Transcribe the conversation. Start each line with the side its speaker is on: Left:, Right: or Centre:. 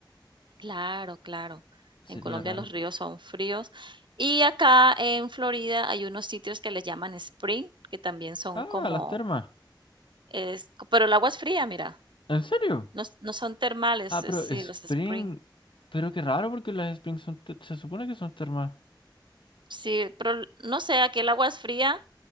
Right: claro, claro.
Left: Sería
Right: En Colombia
Left: raro.
Right: los ríos son fríos. Y acá en Florida hay unos sitios que les llaman spring, que también son
Left: Ah,
Right: como,
Left: las termas.
Right: es, pero el agua es fría, mira.
Left: ¿En serio?
Right: No, s- no son termales,
Left: Ah,
Right: es-
Left: pero
Right: sí,
Left: Spring.
Right: los spring.
Left: Pero qué raro porque las Spring son te- se supone que son termas.
Right: Sí, pero l- no sé, aquí el agua es fría